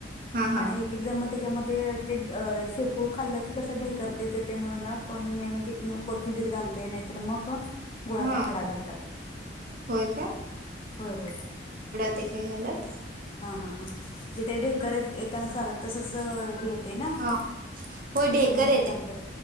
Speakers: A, on the right; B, on the left.
A: हा हा
B: आणि एक. ज मग त्याच्यामध्ये ते शेपू खाल्लं की कसं ढेकरतेच येते म्हणून ना कोण म्हणजे कोथिंबीर घालते नाहीतर मग गोळाचा
A: हा
B: खडा घालतात
A: होय
B: होय होय
A: गकही गलात
B: हा हा हां जे ते ढेकर येताना सारत तसच हे येते ना त्याच्यामुळ
A: हा होय ढेकर
B: ते घालतात